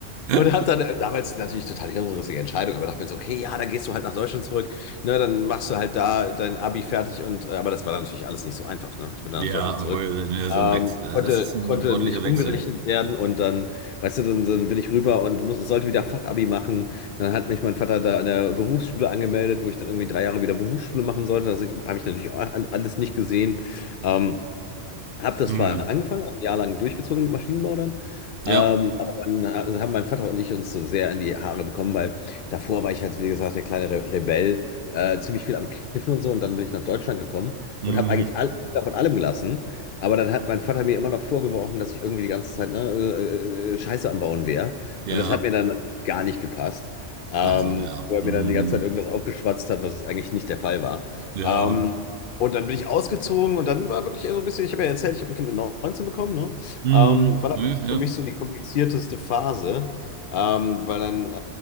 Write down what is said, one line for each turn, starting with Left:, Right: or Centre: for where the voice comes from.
Right: <laughs>
Left: Und habe dann äh, damals natürlich total die hirnrissige Entscheidung, aber dachte mir so, okay, ja, dann gehst du halt nach Deutschland zurück, ne, dann machst du halt da dein Abi fertig und, äh, aber das war dann natürlich alles nicht so einfach, ne? Ich bin dann
Right: Ja,
Left: nach Deutschland zurück.
Right: obwohl, ne, so
Left: Ähm,
Right: ein Wechsel. Das
Left: konnte,
Right: das ist ein
Left: konnte
Right: ordentlicher
Left: nicht
Right: Wechsel.
Left: umgerechnet werden und dann, weißt du, dann, dann bin ich rüber und muss, sollte wieder Fachabi machen. Dann hat mich mein Vater da an der Berufsschule angemeldet, wo ich dann irgendwie drei Jahre wieder Berufsschule machen sollte. Das habe ich natürlich auch alles nicht gesehen. Ähm, habe das
Right: Mhm.
Left: zwar angefangen, ein Jahr lang durchgezogen mit Maschinenbau dann,
Right: Ja.
Left: ähm, aber dann äh, also haben mein Vater und ich uns so sehr in die Haare bekommen, weil davor war ich halt, wie gesagt, der kleine Re Rebell, äh, ziemlich viel am Kiffen und so und dann bin ich nach Deutschland gekommen
Right: Mhm.
Left: und habe eigentlich alles von allem gelassen, aber dann hat mein Vater mir immer noch vorgeworfen, dass ich irgendwie die ganze Zeit ne, äh, äh, Scheiße am Bauen wäre
Right: Ja.
Left: und das hat mir dann gar nicht gepasst, ähm,
Right: Ach so, ja.
Left: weil er
Right: Mhm.
Left: mir dann die ganze Zeit irgendwas aufgeschwatzt hat, was eigentlich nicht der Fall war.
Right: Ja.
Left: Ähm, und dann bin ich ausgezogen und dann war wirklich so ein bisschen, ich habe ja erzählt, ich habe ein Kind mit 19 bekommen, ne?
Right: Mhm.
Left: Ähm, war dann wirklich
Right: Ja.
Left: für mich so die komplizierteste Phase. Ähm, weil dann, äh,